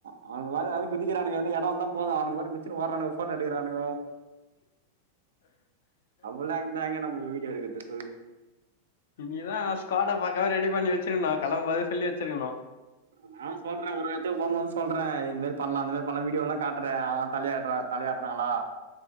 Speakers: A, on the right; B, on the left.
A: அவனுங்க வேற எவ்லா குதிக்கிறானுங்க எதனா எடம் இருந்தா போதும் அவனுங்க பாட்டுனு குச்சுனூ ஓரானுங்க போட்டோ எடுக்கிறானுங்க அப்ட்லாம் இருந்தா எங்க நம்ம வீடியோ எடுக்கறத்து சொல்லு
B: நீ தா ஸ்கோட்ட பக்கவ ரெடி பண்ணி வச்சிருக்கணோ கெளம்ப போதே சொல்லி வச்சிருக்கணோ
A: நா சொல்றே ஒரு ர்ரு எட்த்துக்கு போவ் போதும் சொல்றேன் இந்த மேரி பண்ணலா அந்த மாரி பண்ணலா வீடியோலா காட்டுறே அ தலிய ஆட்றா தலயாட்றாங்களா